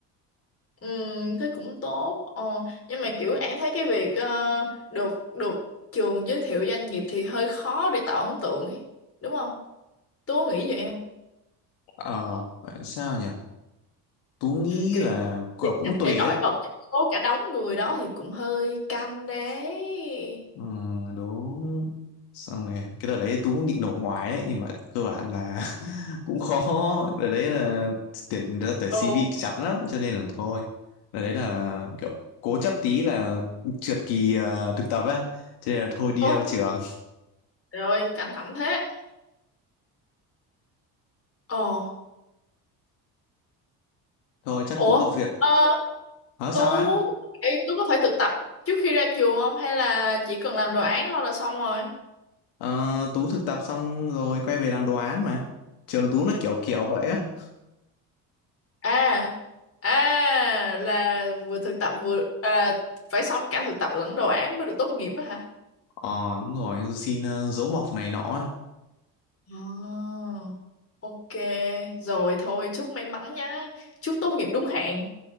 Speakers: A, on the left; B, on the left.
A: ừm, thế cũng tốt. Ờ, nhưng mà kiểu an thấy cái việc ờ, được được trường giới thiệu doanh nghiệp thì hơi khó để tạo ấn tượng ấy, đúng không? Tú có nghĩ vậy không?
B: ờ gọi là sao nhỉ Tú nghĩ
A: kiểu
B: là
A: như
B: cậu
A: tìm
B: cũng
A: cách
B: tùy
A: để nổi
B: đấy
A: bật trong số cả đống người đó thì cũng hơi căng đấy
B: ừ, đúng xong rồi cái đợt đấy Tú cũng định nộp ngoài đấy nhưng mà cơ bản là <laughs> cũng khó đợt đấy là tuyển ra tuyển
A: ồ
B: CV chặt lắm cho nên là thôi đợt đấy là kiểu cố chấp tí là trượt kỳ ờ, thực tập á cho nên là thôi đi
A: ồ
B: theo trường
A: rồi căng thẳng thế ồ
B: thôi chắc
A: ủa
B: Tú có việc
A: ờ,
B: Ờ
A: tú
B: sao anh?
A: Ê, tú có phải thực tập trước khi ra trường không hay là chỉ cần làm đồ án thôi là xong rồi
B: Ờ, Tú thực tập xong rồi quay về làm đồ án mà. Trường Tú nó kiểu kiểu vậy á.
A: à à là vừa thực tập vừa à, là phải xong cả thực tập lẫn đồ án mới được tốt nghiệp á hả
B: Ờ đúng rồi, xin ờ, dấu mộc này nọ. á.
A: Ờ, ok rồi thôi chúc may mắn nhá chúc tốt nghiệp đúng hạn